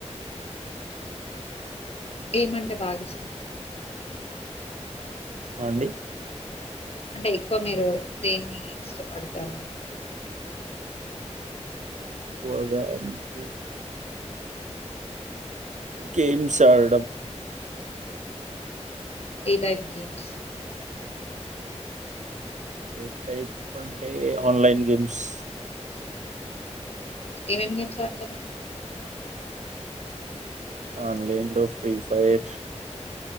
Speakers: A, on the left; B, on the right.
A: ఏమంటే బాగా ఇష్టండి
B: అండి
A: అంటే ఎక్కువ మీరు దేన్ని ఇష్టపడతారని
B: పోగా అంట గేమ్స్ ఆడడం
A: ఏ టైప్ గెమ్స్
B: ఏ టైప్ అంటే ఆన్లైన్ గేమ్స్
A: ఏమేమి గేమ్స్ ఆడతారండిన్ల
B: ఆన్లైన్ లో ఫ్రీ ఫైర్